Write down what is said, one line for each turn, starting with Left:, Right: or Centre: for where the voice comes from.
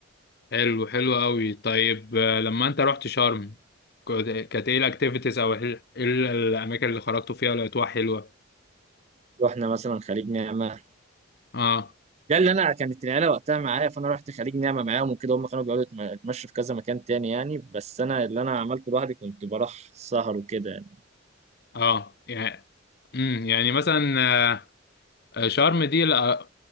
Left: حلو حلو قوي طيب آه، لما انت رحت شرم كنت- كانت ايه الاكتيفيتيز او ايه إيه الاماكن اللي خرجتوا فيها لقيتوها حلوه
Right: رحنا مثلا خليج نعمه
Left: اه
Right: ده اللي انا كانت العيله وقتها معايا فانا رحت خليج نعمه معاهم وكده هم كانوا بيقعدوا يتم- يتمشوا في كذا مكان تاني يعني بس انا اللي انا عملته لوحدي كنت بروح سهر وكده يعني.
Left: اه يعني امم يعني مثلا آه، آه، شرم دي لأ-